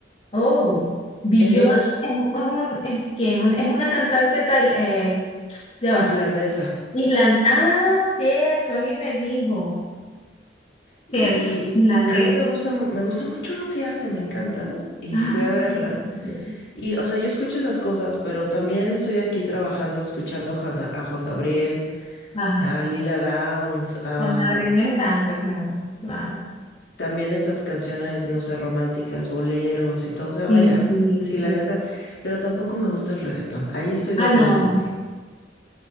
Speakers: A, on the left; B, on the left.
A: Oh, Björk
B: Entonces,
A: es, es un, es, ¿quién? Un- es una cantante tal, eh, ya va.
B: islandesa.
A: Island, ah, cierto, alguien me dijo, cierto,
B: Y
A: islandés.
B: a mí me gusta, me gusta mucho lo que hace, me encanta. Y
A: Ah,
B: fui a verla.
A: Dios.
B: Y, o sea, yo escucho esas cosas, pero también estoy aquí trabajando, escuchando Juan- a Juan Gabriel,
A: Ah,
B: a
A: sí.
B: Lila Downs, a,
A: Con Gabriel me encanta, claro, claro.
B: también esas canciones, no sé, románticas, boleros y todo, o sea,
A: Sí,
B: vaya, sí,
A: sí.
B: la neta, pero tampoco me gusta el reggaetón. Ahí estoy
A: Ah,
B: de acuerdo
A: no,
B: contigo.